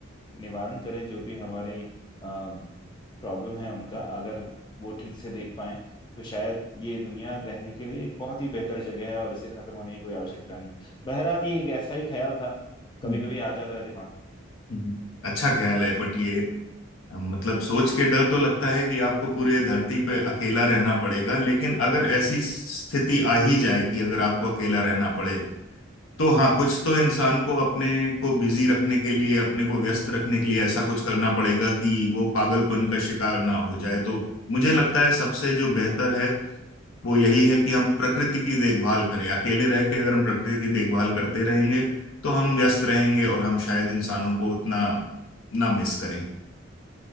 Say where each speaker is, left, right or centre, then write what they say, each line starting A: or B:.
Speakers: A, on the left; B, on the left.
A: निवारण करें जो भी हमारी प्रॉब्लम है उनका अगर वो ठीक से देख पाएं तो शायद ये दुनिया रहने के लिए एक बहुत ही बेहतर जगह है और इसे खत्म होने की कोई आवश्यकता नहीं बहरहाल ये एक ऐसा ही ख्याल था कभी
B: हम्म,
A: कभी आ जाता है दिमाग
B: हम्म। अच्छा ख्याल है बट ये मतलब सोच के डर तो लगता है कि आपको पूरे धरती पे अकेला रहना पड़ेगा लेकिन अगर ऐसी स्थिति आ ही जाए कि अगर आपको अकेला रहना पड़े तो हाँ कुछ तो इंसान को अपने को बिजी रखने के लिए अपने को व्यस्त रखने के लिए ऐसा कुछ करना पड़ेगा कि वो पागलपन का शिकार ना हो जाए तो मुझे लगता है सबसे जो बेहतर है वो यही है कि हम प्रकृति की देखभाल करें अकेले रह के अगर हम प्रकृति की देखभाल करते रहेंगे तो हम व्यस्त रहेंगे और हम शायद इंसानों को उतना ना मिस करें